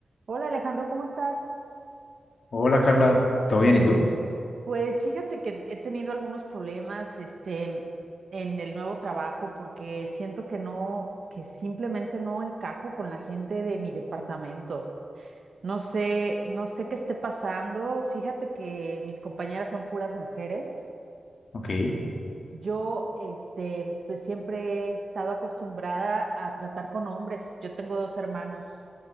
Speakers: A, on the right; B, on the left.
A: Hola Alejandro, ¿cómo estás?
B: Hola Carla, ¿todo bien? ¿Y tú?
A: Pues fíjate que he tenido algunos problemas, este, en el nuevo trabajo porque siento que no, que simplemente no encajo con la gente de mi departamento. No sé, no sé qué esté pasando. Fíjate que mis compañeras son puras mujeres.
B: Ok.
A: Yo, este, pues siempre he estado acostumbrada a tratar con hombres. Yo tengo dos hermanos